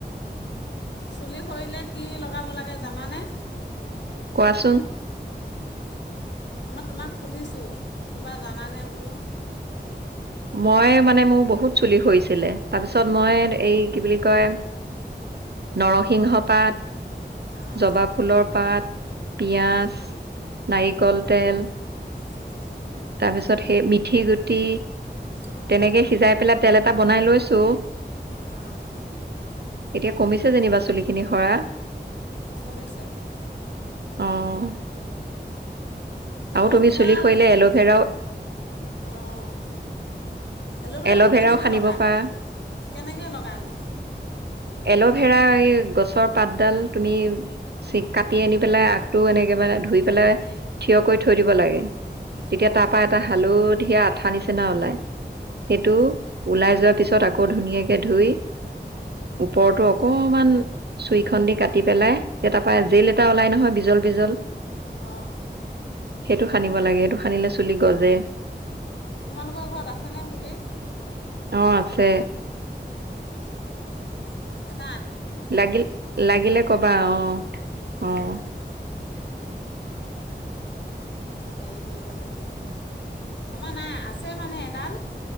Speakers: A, on the left; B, on the right.
A: চুলি সৰিলে কি লগাব লাগে জানানে
B: কোৱাচোন
A: মই তোমাক সুধিছোঁ কিবা জানানে বোলো
B: মই মানে মোৰ বহুত চুলি হৈৰিছিলে তাৰপিছত মই এই কি বুলি কয় নৰসিংহ পাত
A: অঁ
B: জবা ফুলৰ পাত পিয়িয়াজ
A: অঁ
B: নাৰিকল তেল
A: উম
B: তাৰপিছত সেই মিথি গুটি
A: অঁ
B: তেনেকে সিজাই পেলাই তেল এটা বনাই লৈছো
A: অহ
B: এতিয়া কমিছে যেনিবা চুলি খিনি সৰা
A: কমিছে
B: অ'।
A: তাকে
B: আৰু
A: মই
B: তুমি
A: সেয়া,
B: চুলি সৰিলে
A: সেইটো,
B: এল'ভেৰাও
A: অ'। এল'ভেৰানো
B: এল'ভেৰাও
A: কেনেকৈ
B: সানিব
A: লগায়?
B: পাৰা
A: কেনেকে লগাইনো?
B: এল'ভেৰা এই গছৰ পাতডাল তুমি কাটি আনি পেলাই, আগটো এনেকে মানে ধুই পেলাই থিয় কৰি থৈ দিব লাগে। তেতিয়া
A: অঁ
B: তাৰ পৰা এটা হালধ ধিয়া আঠা নিচিনা ওলাই। সেইটো
A: অঁ
B: ওলাই যোৱা পিছত আকৌ ধুনীয়াকে ধুই ওপৰতো
A: অঁ
B: অকমান চুই খন দি কাটি পেলাই তাৰ পৰা জেল এটা ওলাই নহয় বিজল বিজল।
A: অ'।
B: সেইটো সানিব লাগে, সেইটো সানিলে চুলি গজে।
A: তোমালোকৰ ঘৰত আছেনে পুলি?
B: অ' আছে।
A: অ' এত
B: লাগিল, লাগিলে কবা, অ'
A: অঁ
B: অ'।
A: হেৰি কৰিব লাগিব, আমাৰ নাই আছে মানে এডাল।